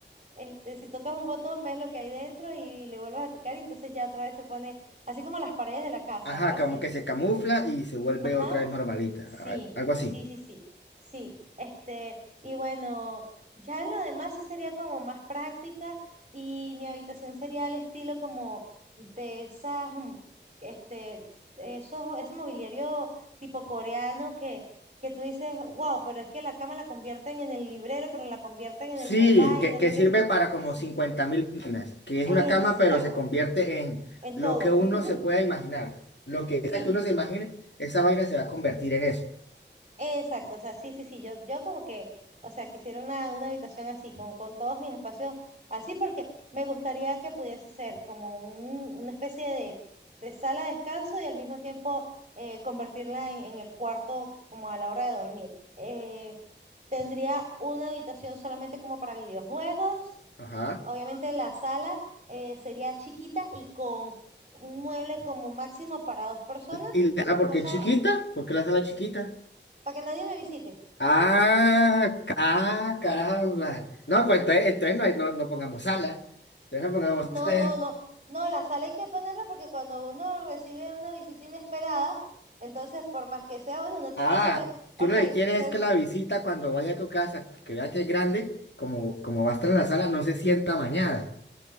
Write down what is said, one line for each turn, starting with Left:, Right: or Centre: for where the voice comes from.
Right: Este, si tocas un botón, ves lo que hay dentro y le vuelves a tocar y entonces ya otra vez se pone así como las paredes de la casa,
Left: ajá,
Right: algo así.
Left: como que se camufla y se vuelve
Right: Ajá.
Left: otra vez normalita,
Right: Sí,
Left: a- algo así.
Right: sí, sí, sí, sí. Este, y bueno, ya en lo demás sí sería como más práctica y mi habitación sería el estilo como de esas, mm, este, esos, ese mobiliario tipo coreano que, que tú dices, wow, pero es que la cama la convierten en el librero, pero la convierten en
Left: Sí,
Right: el sofá
Left: que,
Right: y no
Left: que
Right: sé
Left: sirve
Right: qué, no sé qué".
Left: para como
Right: Así,
Left: 50 mil vainas, que es
Right: exacto,
Left: una cama pero se convierte en
Right: en
Left: lo
Right: todo,
Left: que uno
Right: <laughs>
Left: se pueda imaginar, lo que
Right: sí.
Left: sea que uno se imagine, esa vaina se va a convertir en eso,
Right: Exacto, o sea, sí, sí, sí, yo, yo como que, o sea, quisiera una, una habitación así, con, con todos mis espacios así, porque me gustaría que pudiese ser como un, una especie de, de sala de descanso y al mismo tiempo eh, convertirla en, en el cuarto como a la hora de dormir. Eh, tendría una habitación solamente como para videojuegos,
Left: ajá.
Right: obviamente la sala eh, sería chiquita y con un mueble como máximo para dos personas,
Left: Y la sala porque
Right: cosa
Left: es chiquita, porque la sala es chiquita.
Right: para que nadie me visite
Left: Ah, ah, caramba. No, pues entonces, entonces no, hay- no, no pongamos sala. Entonces no pongamos
Right: No,
Left: sala.
Right: no, no. No, la sal hay que ponerla porque cuando uno recibe una visita inesperada, entonces por más que sea, bueno, uno tiene
Left: Ah,
Right: que ver,
Left: tú
Right: ok,
Left: lo que quieres
Right: ser
Left: es que la visita cuando vaya a tu casa, que vea que es grande, como, como va a estar en la sala, no se sienta mañana.